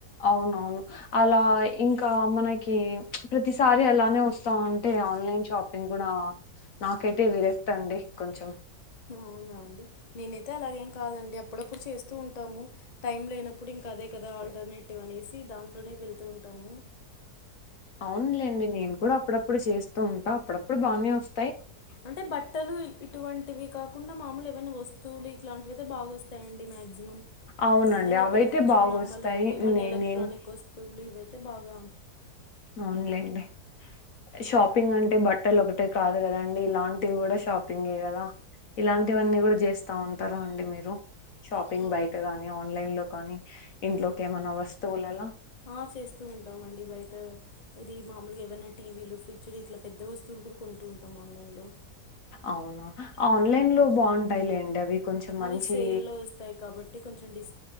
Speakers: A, on the left; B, on the left.
A: అవునవును అలా ఇంకా మనకి ప్చ్ ప్రతి తారి అలానే ఒస్తా వుంటే ఆన్లైన్ షాపింగ్ కూడా నాకైతే విరక్తి అండి కొంచం
B: అవునా అండి నేనైతే అలాగేం కాదండి అప్పుడప్పుడు చేస్ తు ఉంటాము టైం లేనప్పుడు ఇంకా అదే కదా ఆల్టర్నేటివ్ అనేసి దాంట్లోనే వెళ్తూ ఉంటాము
A: అవునులేండి నేను కూడా అప్పుడప్పుడు చేస్తూ ఉంటా అప్పుడప్పుడు బానే వస్
B: అంటే బట్టలు ఇటువంటివి కాకుండా మామూలు ఏవనా వస్తువులు ఇలాంటివితే బాగు వస్తాయండి మ్యా గ్సి మామ్
A: అవునండి
B: బట్టలొకటి
A: అవైతే
B: కొంచం
A: బాగొస్తాయి
B: నమ్మలేము నలే ఏమన్న
A: నే
B: ఎలట్రానిక్
A: నేను
B: వస్తువులు ఇవైతే బాగా
A: అవున్లైండి షాపింగ్ అంటే బట్టలు ఒకటే కాదు కదండి ఇలాం ఇవి కూడా షాపింగ్ ఏ కదా ఇలాంటివన్నీ కూడా చేస్తా ఉంటారు అండి మీరు షాపింగ్
B: అవు
A: బయట గాని ఆన్లైన్ లో కానీ ఇంట్లోకి ఏమన్నా వస్తువులలా
B: ఆ చేస్తూ ఉంటామ అండి బయట, ఇది మామూలుగా ఏమైనా టీవీలు ఫ్రిడ్జ్లు ఇట్లా పెద్ద వస్తువులు కూడా కొంటూ ఉంటాం ఆన్లైన్లో.
A: అవునా ఆన్లైన్ లో బాగుంటాయిలేండి అవి. కొంచెం
B: అవి
A: మంచి
B: సేల్లో వస్తాయి కాబట్టి కొంచెం డిస్